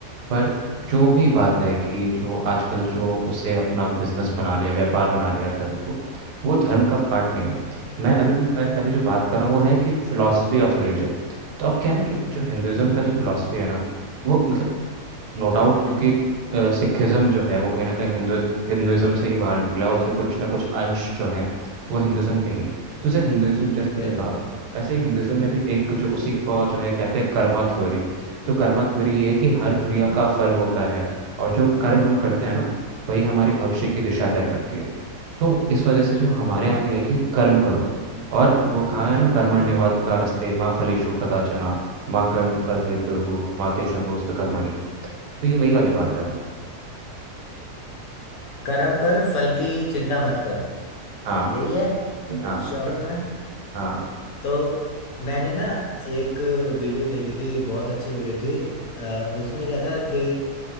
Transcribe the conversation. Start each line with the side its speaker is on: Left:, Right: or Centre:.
Right: पर जो भी बात है कि जो आजकल जो उसे अपना बिजनेस बना लिया व्यापार बना लिया धर्म को वो धर्म का पार्ट नहीं है मैं अभी मैं अभी जो बात कर रहा हूँ वो है कि फिलोसफी ऑफ रिलीजन तो अब क्या है ना कि जो हिंदुइज्म का जो फिलोसफी है ना वो मतलब नो डाउट क्योंकि अ, सिखिज्म जो है वो कहीं ना कहीं हिंदू हिंदुइज्म से ही बाहर निकला और उसके कुछ ना कुछ अंश जो हैं वो हिंदुइज्म के ही हैं। तो जैसे हिंदुइज्म जैसे तुमने
Left: बिल्कुल
Right: कहा वैसे ही हिंदुइज्म में भी एक जो उसी को जो है कहते हैं कर्मा थ्योरी तो कर्मा थ्योरी ये है कि हर क्रिया
Left: हम्म
Right: का फल होता है और जो कर्म हम करते हैं ना वही हमारी भविष्य की दिशा तय करती है तो इस वजह से जो हमारे यहाँ भी है कि कर्म करो और वो कहा है ना कर्मण्यवाधिकारस्ते माँ फलेषु कदाचन माँ कर्म फल हेतुर्भुः माते शंभोस्त कर्मणि तो ये वही वाली बात है
Left: कर्म कर फल की चिंता मत कर
Right: हाँ
Left: यही है
Right: हाँ हम्म,
Left: शॉर्ट में।
Right: हाँ
Left: तो मैंने ना एक वीडियो देखी थी बहुत अच्छी वीडियो थी अ, उसमें क्या था कि